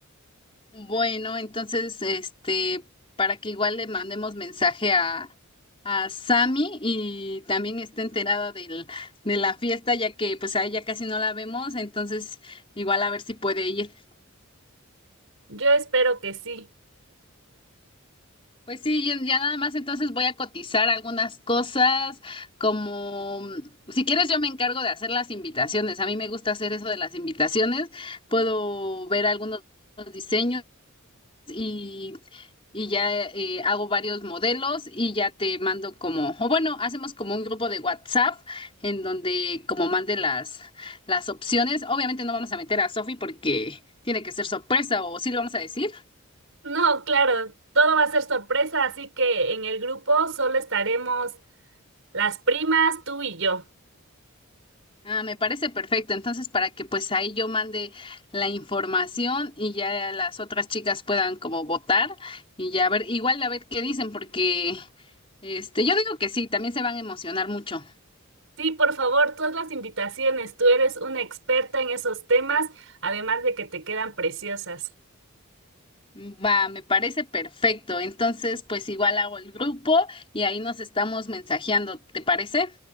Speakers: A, on the left; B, on the right.
A: Bueno, entonces, este, para que igual le mandemos mensaje a, a Sammy y también esté enterada del, de la fiesta, ya que pues a ella casi no la vemos, entonces igual a ver si puede ir.
B: Yo espero que sí.
A: Pues sí, ya ya nada más entonces voy a cotizar algunas cosas, como mm, si quieres yo me encargo de hacer las invitaciones. A mí me gusta hacer eso de las invitaciones. Puedo ver algunos diseños y, y ya eh, hago varios modelos y ya te mando como, o bueno, hacemos como un grupo de WhatsApp en donde como mande las, las opciones. Obviamente no vamos a meter a Sofi porque tiene que ser sorpresa o sí le vamos a decir.
B: No, claro, todo va a ser sorpresa, así que en el grupo solo estaremos las primas, tú y yo.
A: Ah, me parece perfecto. Entonces, para que pues ahí yo mande la información y ya las otras chicas puedan como votar y ya ver, igual a ver qué dicen, porque este, yo digo que sí, también se van a emocionar mucho.
B: Sí, por favor, todas las invitaciones. Tú eres una experta en esos temas, además de que te quedan preciosas.
A: Va, me parece perfecto. Entonces, pues igual hago el grupo y ahí nos estamos mensajeando, ¿te parece?